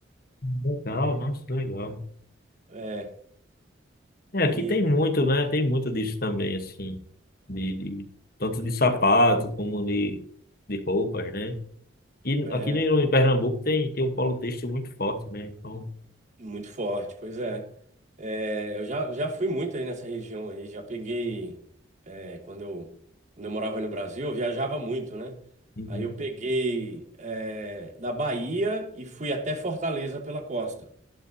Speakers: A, on the left (about 50°); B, on the right (about 35°).
A: Legal, nossa, legal.
B: É,
A: É,
B: e
A: aqui tem muito, né? Tem muito disso também, assim. De, de- tanto de sapato como de, de roupas, né? E
B: é
A: aqui no- em Pernambuco tem, tem um polo têxtil muito forte, né? Então,
B: muito forte, pois é. É, eu já, já fui muito aí nessa região aí, já peguei, é, quando eu, quando eu morava aí no Brasil, eu viajava muito, né?
A: uhum.
B: Aí eu peguei, é, da Bahia e fui até Fortaleza pela costa.